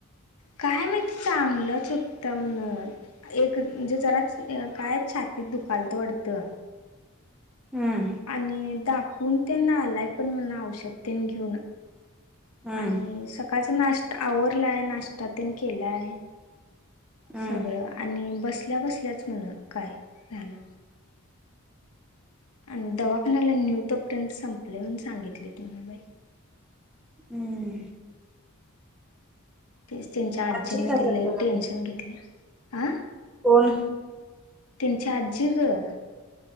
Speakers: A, on the left (about 80°); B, in the centre.
A: काय माहिती चांगलच होता म्हण एक म्हणजे जराच काय छातीत दुखालतं वाटतं
B: ह्म्म.
A: आणि दाखवून तेन आलाय पण म्हण औषध तेन घेऊन
B: हम्म
A: आणि सकाळच नाश्टा आवरलाय नाश्टा तेन केलाय
B: हम्म
A: सगळं आणि बसल्या बसल्याच म्हण काय झालं आणि दवाखान्याला नेऊ तो पर्यंत संपले म्हणून सांगितले तुमी बाई
B: हम्म
A: तेच त्यांच्या आजीनं
B: आजी काय
A: ती लय
B: करते
A: टेन्शन घेतले हं
B: कोण
A: त्यांच्या आजी गं